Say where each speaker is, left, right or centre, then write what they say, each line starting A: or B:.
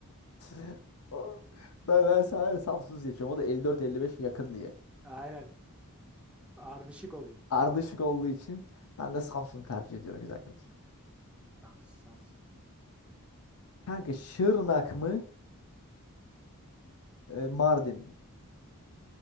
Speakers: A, on the left (about 70°); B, in the centre.
A: <laughs> O- Ben, ben sana Samsun seçiyorum. O da elli dört elli beş yakın diye.
B: Aynen. Ardışık oluyor.
A: Ardışık olduğu için ben de Samsun'u tercih ediyorum güzel kardeşim.
B: Samsun Samsun.
A: Kanka Şırnak mı e, Mardin mi?